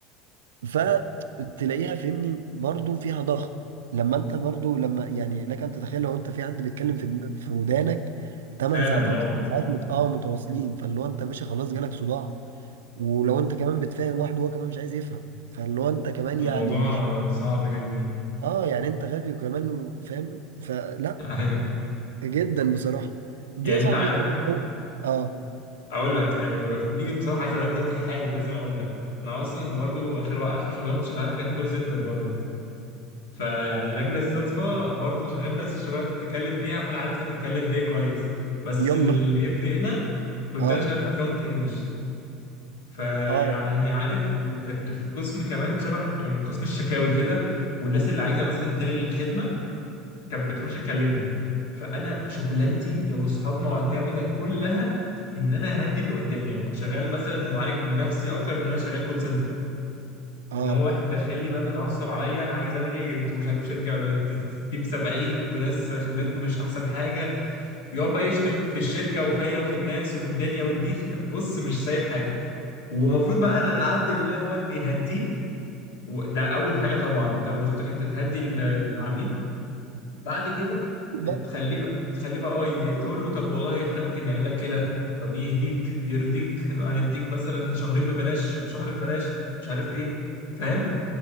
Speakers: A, on the right; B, on the left.
A: فتلاقيها فهمني برضو فيها ضغط لما انت برضو لما يعني لك ان تتخيل لو انت في حد بيتكلم في دم- في ودانك 8
B: فعلا
A: ساعات او
B: اه
A: 9
B: اه
A: ساعات مت... اه متواصلين فاللي هو انت ماشي خلاص جالك صداع ولو انت كمان بتفهم واحد وهو كمان مش عايز يفهم فاللي هو انت كمان
B: الموضوع
A: يعني مش
B: صعب جدا
A: اه يعني انت غبي وكمان فاهم فلا
B: <laughs> ايوه
A: جدا بصراحة دي
B: يعني
A: يا
B: انت
A: صاحبي
B: عارف
A: كانت أو... اه
B: اقول لك يعني ب- دي بصراحه عايز اقول لك دلوقتي حالا لازم اقول لك انا اصلا برضو اخر اخر شغلانه كنت شغالها كانت كول سنتر برضو فيعني لاجل الصدفه برضو شغال نفس الشغلانه اللي انت بتتكلم فيها فانا عرفت بتتكلم في ايه كويس بس
A: يلا
B: اللي يفرقنا كنت
A: اه
B: انا شغال في اكونت انجلش فيعني
A: اه
B: عارف وكنت في قسم كمان شبه يعني قسم الشكاوي كده والناس اللي عايزه مثلا تلغي الخدمه كانت بتخش تكلمني فانا شغلانتي يا اصحاب معتمده كلها ان انا هدي اللي قدامي يعني كنت شغال مثلا معالج نفسي اكتر من ان انا شغال كول سنتر
A: اه
B: ان هو واحد داخل لي بقى متعصب عليا انا عايز الغي انتوا مش عارف شركه ت- ت- تيم 70 انتوا ناس خدمتكم مش احسن حاجه ويقعد بقى يشتم في الشركه وفيا وفي الناس وفي الدنيا والدين <laughs> بص مش سايب حاجه ومفروض بقى العبد لله هو اللي يهديه وده اول حاجه طبعا انت وظيفتك انت تهدي ال- العميل بعد كده
A: لا.
B: بتخليه بقى بتخليه بقى اه ي- تقول له طب والله احنا ممكن نعمل لك كده طب يهديك يرضيك يعني هنديك مثلا شهرين ببلاش طب شهر ببلاش مش عارف ايه فاهم